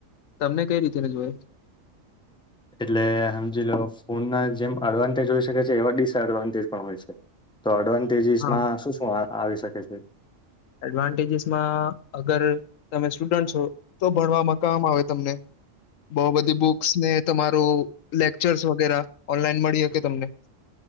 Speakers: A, on the left; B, in the centre.
A: તમને કઈ રીતેને જોયે
B: એટલે સમજી લો ફોન ના જેમ અડવાન્ટેજ હોઈ શકે છે એવા ડિસએડવાન્ટેજ પણ હોય છે તો એડ ડઝસમાં
A: હા
B: શું શુ આવી શકે છે
A: એડવાન્ટેજીસમાં અગર તમે સ્ટુડન્ટ છો તો ભણવામાં કામ આવે તમને બો બધી બુક્સ ને તમારું લેક્ચર્સ વગેરે ઓનલાઈન મળી હકે તમને